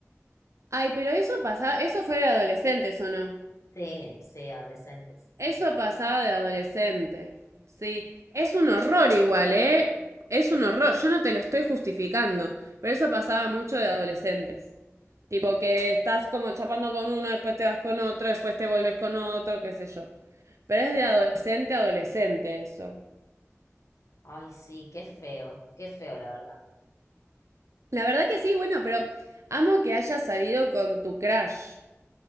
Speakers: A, on the right; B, on the left.
A: Ay, pero eso pasaba, eso fue de adolescentes, ¿o no?
B: Sí, sí, adolescentes.
A: Eso pasaba de adolescente. Sí. Es un horror igual, ¿eh? Es un horror. Yo no te lo estoy justificando, pero eso pasaba mucho de adolescentes. Tipo que estás como chapando con uno, después te vas con otro, después te vuelves con otro, qué sé yo. Pero es de adolescente a adolescente eso.
B: Ay, sí, qué feo, qué feo, la verdad.
A: La verdad que sí, bueno, pero amo que hayas salido con tu crush.